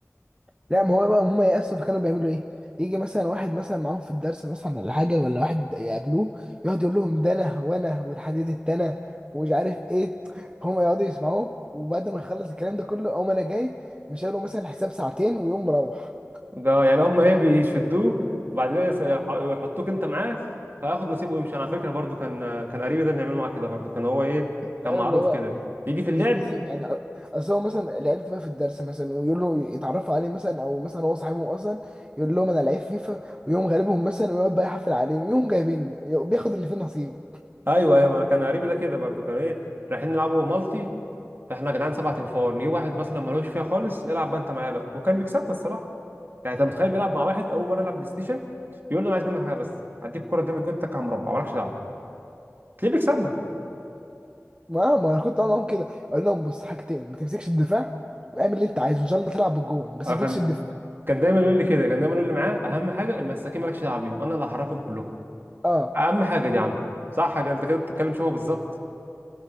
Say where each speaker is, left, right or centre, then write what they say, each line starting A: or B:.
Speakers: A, on the right; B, on the right.
A: لا ما هو بقى هم يأسوا فكانوا بيعملوا ايه؟ يجي مثلا واحد مثلا معاهم في الدرس مثلا ولا حاجة ولا واحد يقابلوه يقعد يقول لهم ده انا وانا والحديد التانى ومش عارف ايه هم يقعدوا يسمعوه وبعد ما يخلص الكلام ده كله اقوم انا جاي مش قالوا مثلا حساب ساعتين ويقوم مروح
B: ده يعني هم ايه بيشدوه وبعد كده يس- يح- يحطوك انت معاه فياخد نصيبه ويمشي انا على فكره برضو كان كان قريبي ده بنعمله معاه كده برضو كان هو ايه كان
A: فاهم
B: معروف
A: اللي هو
B: كده يجي في اللعب
A: يس- يس- يعني اصل هو مثلا العيال بتبقى في الدرس مثلا ويقول له يتعرفوا عليه مثلا او مثلا هو صاحبهم اصلا يقول لهم انا لعيب فيفا ويقوم غالبهم مثلا ويقعد بقى يحفل عليهم يقوم جايبيني يقوم بياخد اللي فيه نصيب
B: ايوه ايوه انا كان قريبي ده كده برضو كان ايه رايحين نلعبوا مالتي فاحنا يا جدعان سبع تنفار نجيب واحد مثلا ملوش فيها خالص يلعب بقى انت معاه بقى وكان بيكسبنا الصراحه يعني انت متخيل بيلعب مع واحد اول مره يلعب بلاي ستيشن يقول له انا عايز منك حاجه بس هديك الكوره قدام الجون تك على مربع مالكش دعوه تلاقيه بيكسبنا
A: ما ما انا كنت عامل معاهم كده اقول لهم بص حاجتين ما تمسكش الدفاع واعمل اللي انت عايزه ان شاء الله تلعب بالجون
B: <laughs>
A: بس
B: آه،
A: ما
B: كان
A: تمسكش الدفاع
B: كان دايما يقول لي كده كان دايما يقول لي معاه اهم حاجه المساكين مالكش دعوه بيهم انا اللي هحركهم كلهم
A: اه
B: اهم حاجه دي عنده صح كده انت كده بتتكلم شبه بالظبط